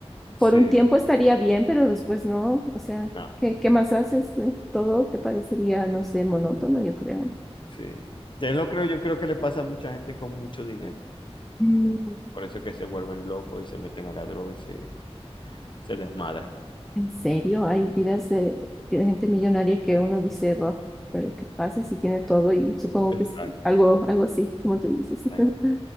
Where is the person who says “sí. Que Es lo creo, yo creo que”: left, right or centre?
Left